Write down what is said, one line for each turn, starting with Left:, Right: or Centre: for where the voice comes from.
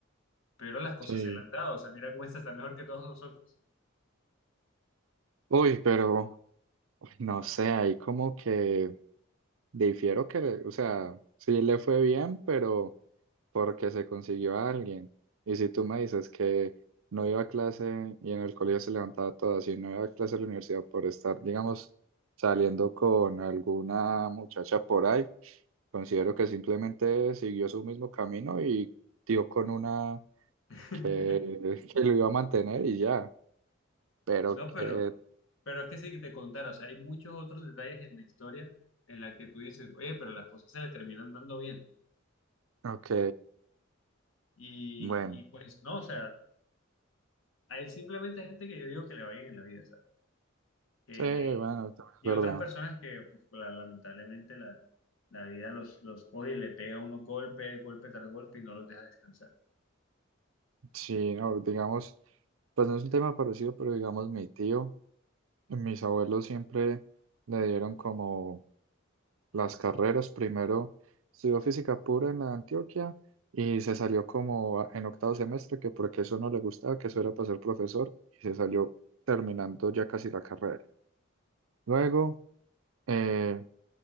Left: pero las cosas
Right: sí.
Left: se le han dado. O sea, mira cómo esta está mejor que todos nosotros.
Right: Uy, pero, uy, no sé, ahí como que difiero que, o sea, sí le fue bien, pero... porque se consiguió a alguien. Y si tú me dices que no iba a clase y en el colegio se levantaba todas y no iba a clase a la universidad por estar, digamos, saliendo con alguna muchacha por ahí, considero que simplemente siguió su mismo camino y dio con una
Left: <laughs>
Right: que, <laughs> que lo iba a mantener y ya. Pero
Left: No,
Right: que,
Left: pero, pero es que sí que te contara, o sea, hay muchos otros detalles en la historia en la que tú dices, oye, pero las cosas se le terminan dando bien.
Right: ok,
Left: Y,
Right: bueno,
Left: y pues no, o sea, hay simplemente gente que yo digo que le va bien en la vida, ¿sabes? Que,
Right: sí, bueno, es
Left: y
Right: verdad.
Left: otras personas que uf, la- lamentablemente la, la vida los, los coge y le pega unos golpes, golpe tras golpe y no los deja descansar.
Right: Sí, no, digamos, pues no es un tema parecido, pero digamos mi tío. Mis abuelos siempre le dieron como las carreras. Primero estudió física pura en la Antioquia y se salió como a- en octavo semestre, que porque eso no le gustaba, que eso era para ser profesor, y se salió terminando ya casi la carrera. Luego, eh,